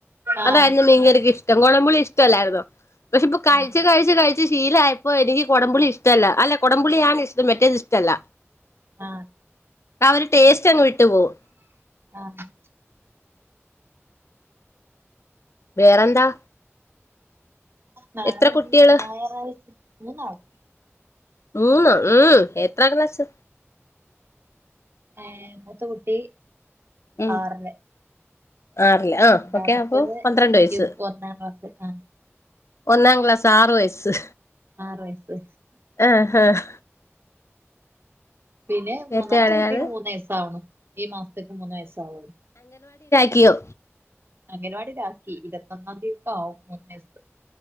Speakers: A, on the right (about 50°); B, on the left (about 70°).
A: ആഹ്
B: അതായിരുന്നു മീൻകറിക്ക് ഇഷ്ടം കോടംപുളി ഇഷ്ടമല്ലായിരുന്നോ പക്ഷെ ഇപ്പ കഴച്ച്
A: ആഹ്
B: കഴിച്ച് കഴിച്ച് ശീലമായയപ്പോ എനിക്ക് കുടംപുളി ഇഷ്ടല്ല അല്ല കുടംപുളിയാണ് ഇ മറ്റേത് ഇഷ്ടല്ല
A: ആ
B: അവര് ടേസ്റ്റ് അങ്ങ് വിട്ടു പോകും
A: ആഹ്
B: വേറെന്താ
A: നാളെ
B: എത്ര കുട്ടികള്
A: ഞായറാഴ്ച മൂന്നാളും
B: മൂന്ന ഉം എത്ര ക്ലാസ്
A: ഹേ മൂത്ത കൂട്ടി
B: ഉം
A: ആറില്
B: ആറില് ആ
A: രണ്ടാമത്തേത്
B: ഓക്കെ അപ്പൊ പന്ത്രണ്ട് വയസ്സ്
A: യു ഒന്നാം ക്ലാസ് ആഹ്
B: ഒന്നാംക്ലാസ് ആറ് വയസ്സ്
A: ആറ് വയസ്സ്
B: ആഹ് ആഹ്
A: പിന്നെ മൂന്നാമത്തെ
B: ഏറ്റവും ഇളയാള്
A: കുട്ടിക്ക് മൂന്ന വയസാവൂണു ഈ മാസത്തേക്ക് മൂന്നു വയസ്സ് ആവുള്ളു
B: ക്കിയോ
A: അംഗനവാടി കാക്കി ഇരുപത്തൊന്നാം തീയതിക്ക് ആവും മൂന്ന് വയസ്സ്